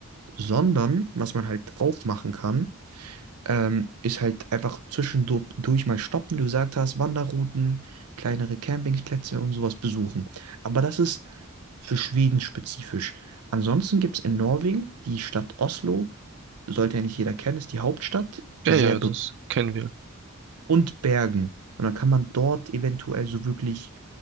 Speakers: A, on the right; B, on the right.
A: sondern was man halt auch machen kann, ähm, ist halt einfach zwischendurch mal stoppen, du gesagt hast, Wanderrouten, kleinere Campingplätze und sowas besuchen. Aber das ist für Schweden spezifisch. Ansonsten gibt es in Norwegen die Stadt Oslo, sollte ja nicht jeder kennen, ist die Hauptstadt,
B: Ja,
A: sehr
B: ja, das kennen wir.
A: und Bergen. Und dann kann man dort eventuell so wirklich